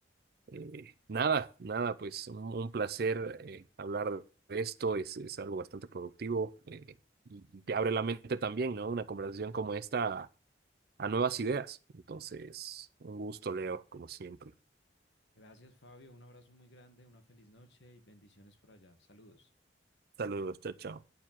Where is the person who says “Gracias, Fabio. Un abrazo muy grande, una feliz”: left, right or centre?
Left